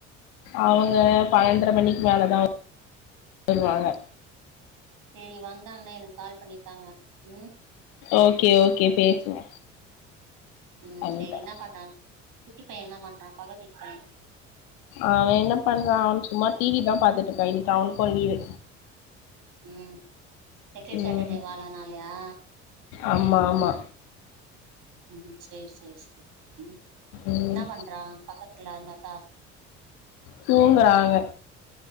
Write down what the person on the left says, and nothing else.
அவங்க பன்னென்ர மணிக்கு மேலதான் வருவாங்க
ஓகே ஓகே பேசுங்க
பண்ணி
தரே
அவன் என்ன பண்றான் அவன் சும்மா டிவி தான் பாத்துட்டுருக்கான் இன்னைக்கு அவனுக்கும் லீவு
ம்
ஆமா ஆமா
ம்
தூங்குறாங்க